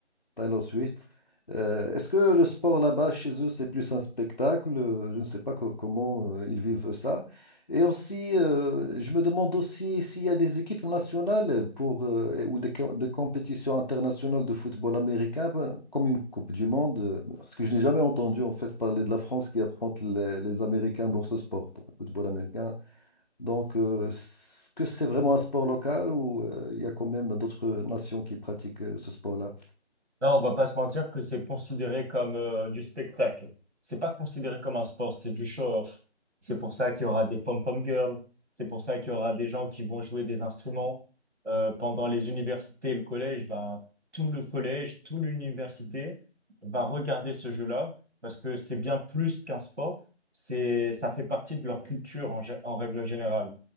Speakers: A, on the left; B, on the right.
A: Taylor Swift. Euh, est-ce que le sport là-bas, chez eux, c'est plus un spectacle? Euh, Je ne sais pas co- comment euh, ils vivent ça. Et aussi, euh, je me demande aussi s'il y a des équipes nationales pour, euh, ou des, co- des compétitions internationales de football américain, ben, comme une Coupe du Monde, euh, parce que je n'ai jamais entendu en fait parler de la France qui affronte les, les Américains dans ce sport, dans le football américain. Donc, euh, est-ce que c'est vraiment un sport local ou euh, il y a quand même d'autres nations qui pratiquent euh, ce sport-là?
B: Là, on va pas se mentir que c'est considéré comme euh, du spectacle. C'est pas considéré comme un sport, c'est du show-off. C'est pour ça qu'il y aura des pom-pom girls. C'est pour ça qu'il y aura des gens qui vont jouer des instruments. Euh, pendant les universités et le collège, ben, tout le collège, toute l'université va regarder ce jeu-là parce que c'est bien plus qu'un sport. C'est, ça fait partie de leur culture en, gé- en règle générale.